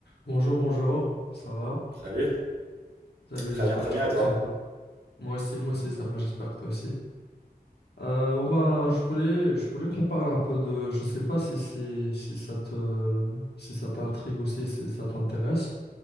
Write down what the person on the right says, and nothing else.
Salut.
Très
bien, très
bien,
et toi?